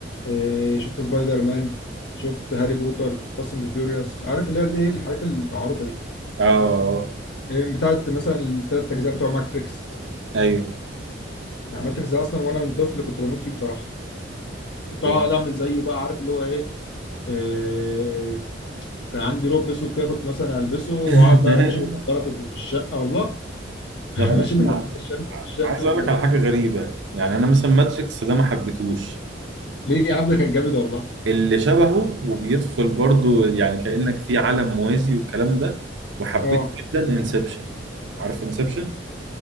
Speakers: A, on the left (about 65°); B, on the right (about 85°).
A: إيه شفت سبايدر مان شفت هاري بوتر فاست اند فيوريوس عارف اللي هي اللي هي الحاجات المعروفه دي
B: اه آه،
A: إيه، بتاعت مثلا الثلاث اجزاء بتوع ماتريكس
B: ايوه
A: يعني ماتريكس ده اصلا وانا من طفل كنت بموت فيه بصراحه كنت
B: جامد
A: اقعد اعمل زيه بقى عارف اللي هو ايه إيه، كان عندي روب اسود كده كنت مثلا البسه واقعد
B: <laughs>
A: بقى ماشي بالنضاره في في الشقه والله <laughs>
B: طب انا
A: ماشي بالنضاره
B: أنا
A: الشمس في الشقه
B: عايز
A: و...
B: اقول لك على حاجه غريبه يعني انا مثلا ماتريكس ده ما حبيتهوش
A: ليه يا عم ده كان جامد والله
B: اللي شبهه وبيدخل برضو يعني كانك في عالم موازي والكلام ده وحبيته
A: اه
B: جدا انسبشن عارف انسبشن